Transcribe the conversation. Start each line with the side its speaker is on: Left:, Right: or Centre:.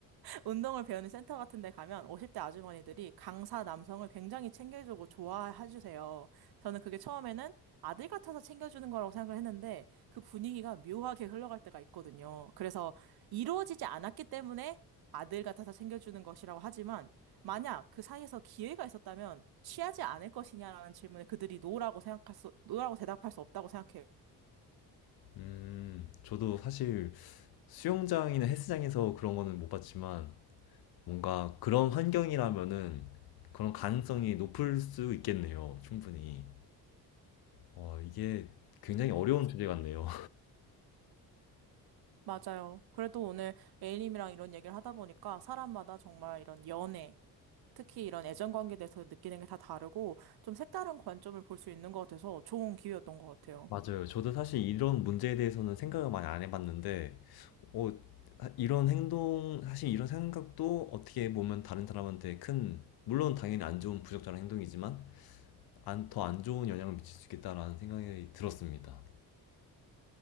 Right: 운동을 배우는 센터 같은 데 가면 50대 아주머니들이 강사 남성을 굉장히 챙겨주고 좋아해주세요. 저는 그게 처음에는 아들 같아서 챙겨주는 거라고 생각을 했는데 그 분위기가 묘하게 흘러갈 때가 있거든요. 그래서 이루어지지 않았기 때문에 아들 같아서 챙겨주는 것이라고 하지만 만약 그 사이에서 기회가 있었다면 취하지 않을 것이냐라는 질문에 그들이 노라고 생각할 수, 노라고 대답할 수 없다고 생각해요.
Left: 음, 저도 사실 수영장이나 헬스장에서 그런 거는 못 봤지만 뭔가 그런 환경이라면은 그런 가능성이 높을 수 있겠네요, 충분히. 어, 이게 굉장히 어려운 주제 같네요.
Right: 맞아요. 그래도 오늘 A님이랑 이런 얘기를 하다 보니까 사람마다 정말 이런 연애, 특히 이런 애정 관계에 대해서 느끼는 게 다 다르고 좀 색다른 관점을 볼 수 있는 것 같아서 좋은 기회였던 것 같아요.
Left: 맞아요. 저도 사실 이런 문제에 대해서는 생각을 많이 안 해봤는데, 어, 하- 이런 행동, 사실 이런 생각도 어떻게 보면 다른 사람한테 큰, 물론 당연히 안 좋은 부적절한 행동이지만, 안, 더 안 좋은 영향을 미칠 수 있겠다라는 생각이 들었습니다.